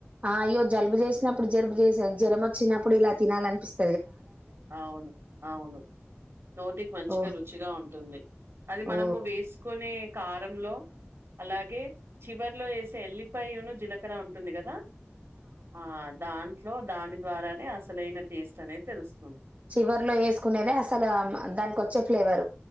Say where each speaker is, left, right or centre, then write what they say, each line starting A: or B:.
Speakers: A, on the right; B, on the right.
A: ఆ అయ్యో జలుబు చేసినప్పుడు జలుబు చేసాంది జలం వచ్చినప్పుడు ఇలా తినాలనిపిస్తుంది
B: ఆ అవును అవును నోటికి మంచిగా
A: ఓ
B: రుచిగా ఉంటుంది అది
A: ఓ
B: మనము వేసుకుని కారంలో అలాగే చివరిలో వేసే ఎల్లిపాయను జీలకర ఉంటుంది కదా ఆ దాంట్లో దాని ద్వారానే అసలైన టేస్ట్ అనేది తెలుస్తుంది
A: చివరి లో వేసుకునేది అసలు దాక వచ్చే ఫ్లేవరు